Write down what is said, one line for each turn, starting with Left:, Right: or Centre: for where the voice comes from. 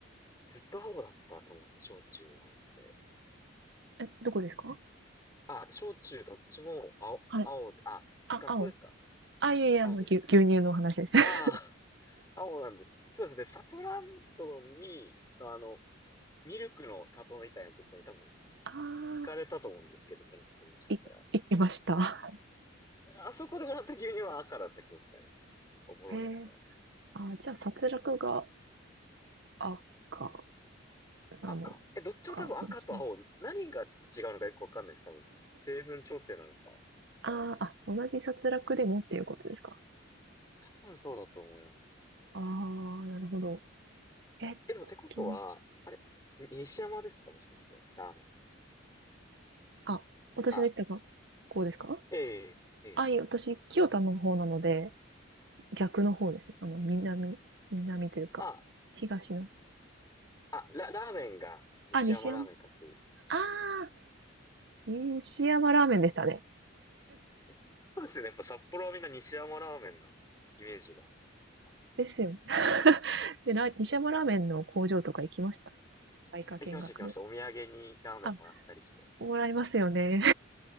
Left: ずっと青だったと思うの、小中合わせて。
Right: え、どこですか
Left: あ、小中どっちも青、
Right: はい。
Left: 青で、あ、
Right: あ、
Left: 学校ですか
Right: 青。あ、いやいや、
Left: 青ですね。
Right: あの、牛、牛乳の話です。
Left: ああ、青なんです。そうですね、サトランドに、あの、ミルクの里みたいなとこに多分、
Right: <laughs> ああ、
Left: い行かれたと思うんですけど、見学にもしかしたら。
Right: い、いけました。
Left: あそこでもらった牛乳は赤だった記憶がありますね。おぼろげながら。
Right: へえ。あ、じゃあ、殺戮が赤なの
Left: 赤。え、どっちも多分赤と青、
Right: かもしれない。
Left: 何が違うのかよくわかんないです、多分。成分調整なのか、とか、
Right: あーあ、
Left: ですか。
Right: 同じ殺戮でもっていうことですか。
Left: 多分そうだと思います。
Right: ああ、なるほど。え、好きな。
Left: え、でもってことは、あれ西山ですかもしかして、ラーメンは。
Right: あ、私の位置がこうですか
Left: あ、ええ、ええ、
Right: あ、いえ、私、清田の方なので、
Left: ええ。
Right: 逆の方ですね。あの、南、南というか、
Left: あ、
Right: 東の。
Left: あ、ラ、ラーメンが西山ラーメンかっていう。
Right: あ、西山。ああ、西山ラーメンでしたね。
Left: え、そうですね。やっぱ札幌はみんな西山ラーメンのイメージがあった。
Right: ですよね。で、ラ、西山ラーメンの工場とか行きました。社会科見学で。
Left: 行きました行きました。お土産にラーメンもらったりして。
Right: あ、もらいますよね。